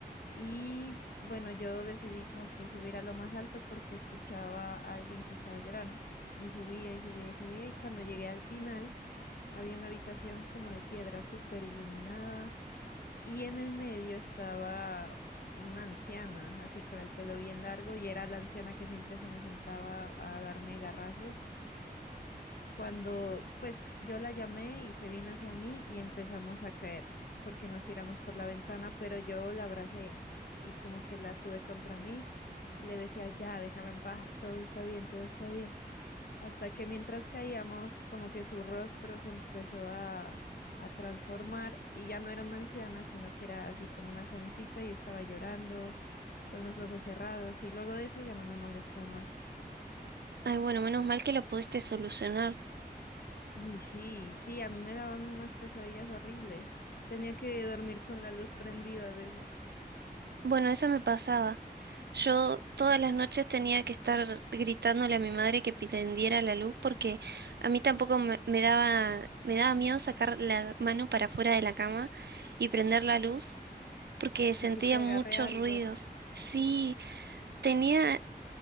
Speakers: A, on the left; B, on the right.
A: Y bueno, yo decidí como que subir a lo más alto porque escuchaba a alguien que estaba llorando. Y subía y subía y subía. Y cuando llegué al final, había una habitación como de piedra súper iluminada. Y en el medio estaba una anciana, así con el pelo bien largo. Y era la anciana que siempre se me sentaba a darme garrazos cuando pues yo la llamé y se vino hacia mí y empezamos a caer porque nos tiramos por la ventana, pero yo la abracé y como que la tuve contra mí y le decía, ya, déjame en paz, todo está bien, todo está bien. Hasta que mientras caíamos, como que su rostro se empezó a, a transformar y ya no era una anciana, sino que era así como una jovencita y estaba llorando con los ojos cerrados y luego de eso ya no me molestó más.
B: Ay, bueno, menos mal que lo pudiste solucionar.
A: Uy, sí, sí, a mí me daban unas pesadillas horribles. Tenía que dormir con la luz prendida a veces
B: Bueno, eso me pasaba. Yo todas las noches tenía que estar gritándole a mi madre que prendiera la luz porque a mí tampoco me, me daba, me daba miedo sacar la mano para afuera de la cama y prender la luz porque sentía
A: y que te agarre
B: muchos
A: algo.
B: ruidos. Sí, tenía